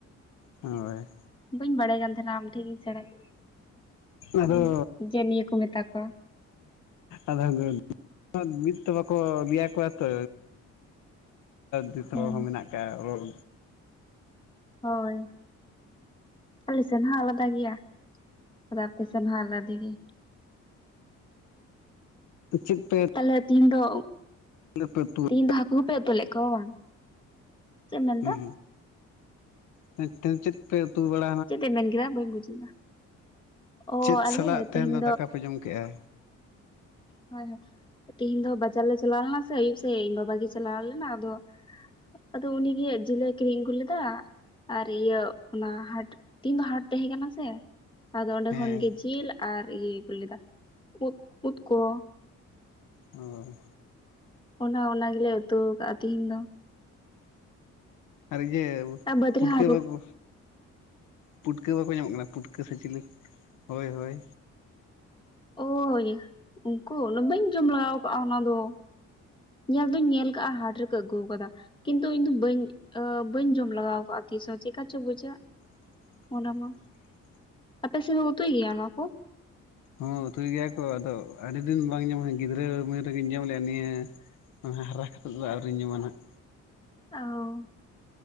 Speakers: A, on the left; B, on the left.
A: ᱦᱳᱭ
B: ᱵᱟᱹᱧ ᱵᱟᱲᱟᱭ ᱠᱟᱱ ᱛᱟᱦᱮᱱᱟ ᱟᱢ ᱴᱷᱮᱱᱤᱧ ᱥᱮᱬᱟ ᱠᱮᱫᱟ ᱪᱮᱫ ᱠᱟᱹᱫᱟᱹᱧ
A: ᱟᱫᱚ
B: ᱡᱮ ᱱᱤᱭᱟᱹ ᱠᱚ ᱢᱮᱛᱟ ᱠᱚᱣᱟ
A: ᱟᱫᱚ ᱢᱤᱫ ᱛᱚ ᱵᱟᱠᱚ ᱞᱟᱹᱭᱟ ᱠᱚᱣᱟ ᱛᱚ ᱫᱤᱥᱚᱢ
B: ᱦᱮᱸ
A: ᱦᱚᱸ ᱢᱮᱱᱟᱜ ᱠᱜᱼᱟ ᱦᱳᱭ
B: ᱦᱳᱭ ᱟᱞᱮ ᱥᱮᱱ ᱦᱚᱸ ᱟᱞᱟᱫᱟ ᱜᱮᱭᱟ ᱨᱟᱛᱮ <inaudible> ᱜᱮ
A: ᱪᱮᱫ <inaudible>
B: ᱛᱟᱦᱚᱞᱮ ᱛᱤᱦᱤᱧ ᱫᱚ
A: <unintelligible>
B: ᱫᱚ ᱦᱟᱠᱩ ᱯᱮ ᱩᱛᱩ ᱞᱮᱫ ᱠᱚᱣᱟ ᱵᱟᱝ ᱪᱮᱫ ᱮᱢ ᱢᱮᱱᱫᱟ
A: ᱦᱩᱸ ᱦᱩᱸ ᱢᱤᱫ ᱪᱮᱫ ᱯᱮ ᱩᱛᱩ ᱵᱟᱲ
B: ᱪᱮᱫ ᱮᱢ ᱢᱮᱱ ᱠᱮᱫᱟ ᱵᱟᱹᱧ ᱵᱩᱡ ᱞᱮᱫᱟ ᱚ
A: ᱪᱮᱫ
B: ᱟᱞᱮ
A: ᱥᱟᱞᱟᱜ ᱛᱟᱦᱮᱱ
B: ᱛᱤᱦᱤᱧ
A: ᱫᱚ ᱫᱟᱠᱟ ᱯᱮ ᱡᱚᱢ ᱠᱮᱜᱼᱟ
B: ᱦᱳᱭ ᱦᱳᱭ ᱛᱮᱤᱦᱤᱧ ᱫᱚ ᱵᱟᱡᱟᱨ ᱞᱮ ᱪᱟᱞᱟᱣ ᱞᱮᱱᱟ ᱥᱮ ᱟᱹᱭᱩᱵ ᱥᱮᱫ ᱤᱧ ᱵᱟᱵᱟ ᱜᱮ ᱪᱟᱞᱟᱣ ᱞᱮᱱᱟ ᱟᱫᱚ ᱟᱫᱚ ᱩᱱᱤ ᱜᱮ ᱡᱤᱞᱮ ᱠᱤᱨᱤᱧ ᱟᱹᱜᱩ ᱞᱮᱫᱟ ᱟᱨ ᱤᱭᱟᱹ ᱚᱱᱟ ᱦᱟᱴ ᱛᱤᱱ ᱫᱚ ᱦᱟᱴ ᱛᱟᱦᱮᱸ ᱠᱟᱱᱟ ᱥᱮ ᱟᱫᱚ ᱚᱸᱰᱮ
A: ᱦᱮᱸ
B: ᱠᱷᱚᱱ ᱜᱮ ᱡᱤᱞ ᱟᱨ ᱤᱭᱟᱹ ᱟᱹᱜᱩ ᱞᱮᱫᱟ ᱩᱫ ᱩᱫ ᱠᱚ
A: ᱦᱳᱭ
B: ᱚᱱᱟ ᱚᱱᱟ ᱜᱮᱞᱮ ᱩᱛᱩ ᱠᱟᱜᱼᱟ ᱛᱤᱦᱤᱧ ᱫᱚ
A: ᱟᱨ ᱤᱭᱟᱹ
B: ᱟᱨ ᱵᱟᱹᱫᱽ
A: ᱯᱩᱴᱠᱟᱹ
B: ᱨᱮ ᱦᱟᱠᱩ
A: ᱵᱟᱠᱚ ᱯᱩᱴᱠᱟᱹ ᱵᱟᱠᱚ ᱧᱟᱢᱚᱜ ᱠᱟᱱᱟ ᱯᱩᱴᱠᱟᱹ ᱥᱮ ᱪᱤᱞᱤ ᱦᱳᱭ ᱦᱳᱭ
B: ᱳᱭ ᱩᱱᱠᱩ ᱵᱟᱹᱧ ᱡᱚᱢ ᱞᱟᱜᱟᱣ ᱟᱠᱟᱫᱼᱟ ᱚᱱᱟ ᱫᱚ ᱧᱮᱞ ᱫᱩᱧ ᱧᱮᱞ ᱠᱟᱜᱼᱟ ᱦᱟᱴ ᱨᱮᱠᱚ ᱟᱹᱜᱩ ᱟᱠᱟᱫᱟ ᱠᱤᱱᱛᱩ ᱤᱧ ᱫᱚ ᱵᱟᱹᱧ ᱵᱟᱹᱧ ᱡᱚᱢ ᱞᱟᱜᱟᱣ ᱠᱟᱜᱼᱟ ᱛᱤᱥ ᱦᱚᱸ ᱪᱮᱠᱟ ᱪᱚ ᱵᱩᱡᱷᱟᱹᱜ
A: <unintelligible>
B: ᱚᱱᱟ ᱢᱟ ᱟᱯᱮ ᱥᱮᱢ ᱩᱛᱩᱭ ᱜᱮᱭᱟ ᱚᱱᱟ ᱠᱚ
A: ᱦᱚᱸ ᱩᱛᱩᱭ ᱜᱮᱭᱟ ᱠᱚ ᱟᱫᱚ ᱟᱹᱰᱤ ᱫᱤᱱ ᱵᱟᱝ ᱧᱟᱢᱟ ᱜᱤᱫᱽᱨᱟᱹ ᱩᱢᱮᱨ ᱨᱮᱜᱤᱧ ᱡᱚᱢ ᱞᱮᱼᱟ ᱱᱤᱭᱟᱹ ᱚᱱᱟ ᱦᱟᱨᱟ ᱠᱟᱛᱮᱫ ᱫᱚ ᱟᱹᱣᱨᱤᱧ ᱡᱚᱢᱟ ᱱᱟᱦᱟᱜ
B: ᱚ